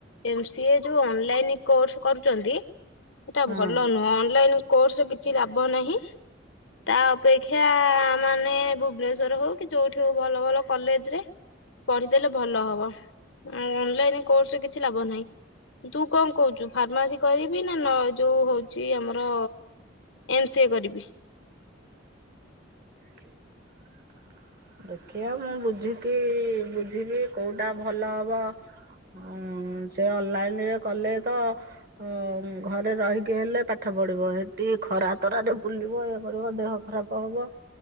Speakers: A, on the left; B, on the right.
A: ଏମ୍ ସି ଏ ଯୋଉ ଅନଲାଇନ କୋର୍ସ କରୁଚନ୍ତି ସେଟା
B: ହଁ
A: ଭଲ ନୁହଁ। ଅନ୍ ଲାଇନ କୋର୍ସରେ କିଛି ଲାଭ ନାହିଁ। ତା ଅପେକ୍ଷା ମାନେ ଭୁବନେଶ୍ଵର ହୋଉ କି ଯୋଉଠି ହୋଉ ଭଲ ଭଲ କଲେଜ ରେ ପଢିଦେଲେ ଭଲ ହବ। ଆ ଅନଲାଇନ କୋର୍ସରେ କିଛି ଲାଭ ନାହିଁ। ତୁ କଣ କହୁଚୁ? ଫାର୍ମାସି କରିବି ନା ନ ଯୋଉ ହୋଉଚି ଆମର ଏମ୍ ସି ଏ କରିବି।
B: ହ <inaudible> ଦେଖିଆ ମୁଁ ବୁଝିକି ବୁଝିବି କୋଉଟା ଭଲ ହବ। ଅଁ ସେ ଅନଲାଇନ୍ ରେ କଲେ ତ ହଁ ଘରେ ରହିକି ହେଲେ ପାଠ ପଢିବ। ହେଠି ଖରା ତରାରେ ବୁଲିବ ଇଏ କରିବ ଦେହ ଖରାପ ହବ।